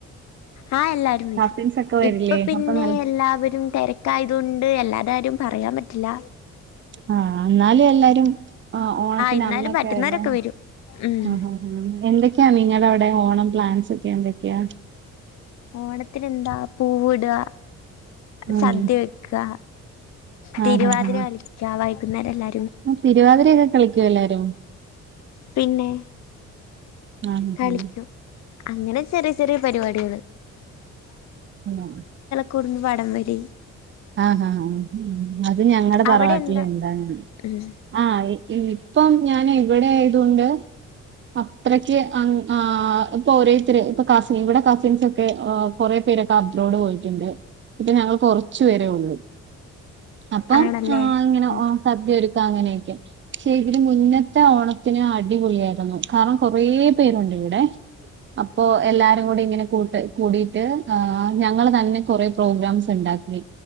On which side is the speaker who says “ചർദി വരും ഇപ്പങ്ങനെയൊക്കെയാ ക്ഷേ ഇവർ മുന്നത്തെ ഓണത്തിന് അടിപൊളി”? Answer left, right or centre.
Right